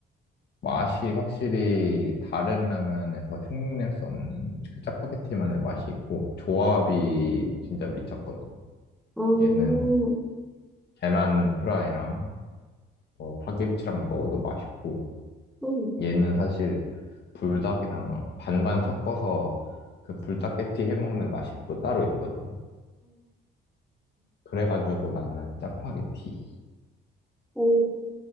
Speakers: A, on the left; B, in the centre.
A: 맛이 확실히 다른 라면에서 흉내낼 수 없는 그 짜파게티만의 맛이 있고 조합이 진짜 미쳤거든.
B: 음.
A: 얘는 계란 프라이랑 뭐 파김치랑 먹어도 맛있고
B: 음.
A: 얘는 사실 불닭이랑 반반 섞어서 그 불닭게티 해먹는 맛이 또 따로 있거든. 그래가지고 나는 짜파게티.
B: 음.